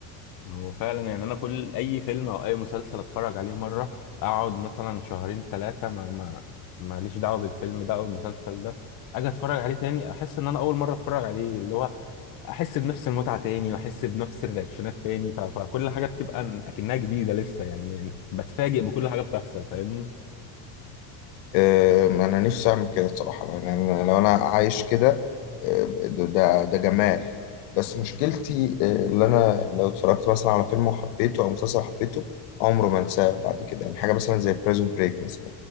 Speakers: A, on the left; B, on the left.
A: هو فعلا يعني انا كل اي فيلم او اي مسلسل اتفرج عليه مره اقعد مثلا شهرين ثلاثه ما ما ماليش دعوه بالفيلم ده او المسلسل ده اجي اتفرج عليه تاني احس ان انا اول مره اتفرج عليه اللي هو احس بنفس المتعه تاني واحس بنفس الرياكشنات تاني ف... فكل حاجه بتبقى ن- اكنها جديده لسه يعني م- بتفاجئ بكل حاجه بتحصل فاهمني
B: آه، أنا نفسي أعمل كده الصراحة يعني أنا لو أنا عايش كده آه، ده ده ده جمال بس مشكلتي آه، اللي أنا لو اتفرجت مثلا على فيلم وحبيته أو مسلسل حبيته عمره ما أنساه بعد كده يعني حاجة مثلا زي بريزون بريك مثلا